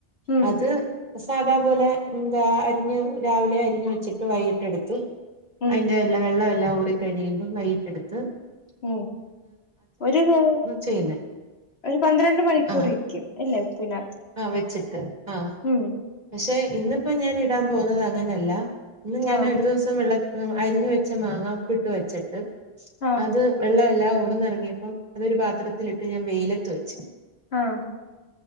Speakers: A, on the left (about 90°); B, on the right (about 40°).
A: ഉം
B: അത് സാധാപോലെന്താ അരിഞ്ഞ് രാവിലെ അരിഞ്ഞ് വെച്ചിട്ട് വൈകിട്ടെടുത്തു
A: ഉം
B: അതിന്റെല്ല വെള്ളംഎല്ലാം ള്ളമൂറി കഴിയും പോം വൈട്ടെടുത്ത്
A: ഉം ഒരുഏ
B: ചെയ്യുന്നേ
A: ഒരു പന്ത്രണ്ട് മണിക്കൂർ
B: ആഹ്
A: ഇരിക്കും അല്ലേപ്പിനാത്ത്
B: ആഹ് വെച്ചിട്ട് ആഹ്
A: ഉം
B: പക്ഷെ ഇന്നിപ്പോ ഞാന് ടാൻ പോന്നത് അങ്ങനല്ല ഇന്ന് ഞാനോരു
A: ആഹ്
B: ദീസം വെള്ള ഉം അരിഞ്ഞ് വെച്ച മാങ്ങ ഉപ്പിട്ട് വെച്ചിട്ട്
A: ആഹ്
B: അത് വെള്ളെ ല്ലാ ഓട്ന്ന് എറങ്ങിയപ്പം അതൊരു പാത്രത്തിലിട്ട് ഞാൻ വെയിലത്ത് വെച്ച്
A: ആഹ്